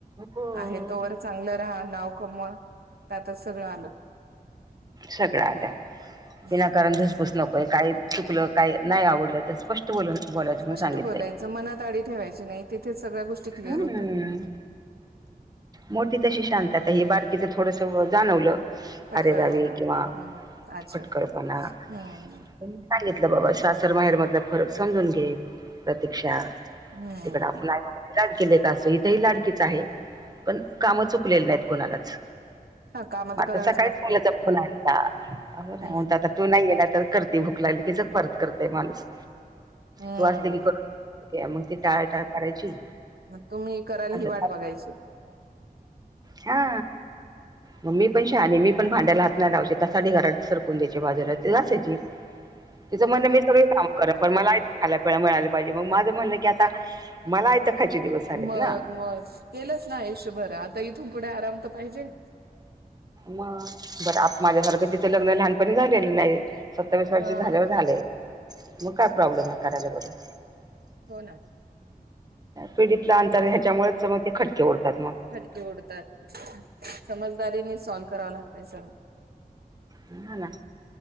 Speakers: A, on the right (about 25°); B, on the right (about 85°).
A: हो
B: आहेत तोवर चांगलं राहा नाव कमवा त्यातच सगळं आलं.
A: सगळं आल्या
B: हम्म.
A: विनाकारणधस बसत नकोय काय चुकलं काय नाही आवडलं तर स्पष्ट बोलून बोलायचून
B: स्पष्ट
A: सांगितलंय
B: बोलायचं मनात आडी ठेवायची नाही तिथेच सगळ्या गोष्टी क्लिअर
A: हम्मम
B: होतात.
A: मोठी तशी शांतता हे बारकीचं थोडस जाणवलं
B: पटकळपणा
A: अरेदावी किंवा
B: हम्म अच्छा
A: खटकळपणा
B: हम्म
A: सांगितलं बाबा सासर माहेर मधला फरक समजून घे प्रतीक्षा
B: हम्म
A: तिकडे आपण आई बाबानी लाडकीले का असो इथे ह लाडकीच आहे पण काम चुकलेलं नाही णालाच
B: हा काम
A: मग
B: तर
A: आता
B: करावेच
A: सकाळीच
B: लागतात
A: मुलाचा फून आण हो
B: हम्म
A: ना आ तू नाही ये ना तर करते भूक लागली की जगमारत करताय माणूस
B: हम्म
A: तू असले की कर मग ती टाळ टाळ करायची
B: मग तुम्ही करायला
A: असं
B: ही वाट बघायची
A: हा. म मी पन शानी मी पण भांड्याला हात नाही लावचे, त्यासाठी घरात सरकून द्यायचे बाजूला ते घासाची. तिचं म्हणणे मी सगळे काम खरं पण मलाय खाला पिळा मिळाला पाहिजे, मग माझं म्हणणं की आता मला त खा चे दिवस आलेत
B: मग
A: ना
B: मग केलंच ना आयुष्यभर, आता इथून पुढे आराम तर पाहिजे
A: मग बरं आप-माझ्यासारखं तिचं लग्न लहानपणी झाल् केल नाही सत्तावीस वर्ष
B: हा
A: झाल्यावर झालेय मग काय प्रॉब्लेम आहे करायला बरोबर
B: हो ना
A: पिढीतला अंतर ह्याच्यामुळेच सगळे ते खटके उडतात मग
B: खटके ओढतात समजदारीने सॉल्व करावं लागतय सगंळ
A: हा ना